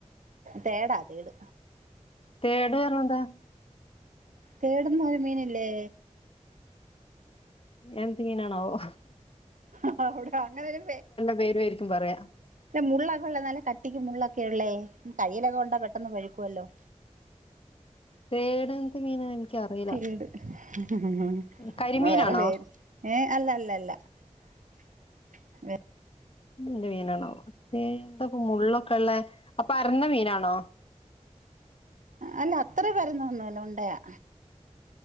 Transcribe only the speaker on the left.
തേട് പറഞ്ഞെന്താ
എന്ത് മീനിണാവോ
പേരുവായിരിക്കും പറയാ
തേട് എന്ത് മീനാ എനിക്കറിയില്ല
കരിമീനാണോ
എന്ത് മീനാണോ എന്തൊക്ക മുള്ളൊക്കെ ഉള്ളേ അപ്പരന്ന മീനാണോ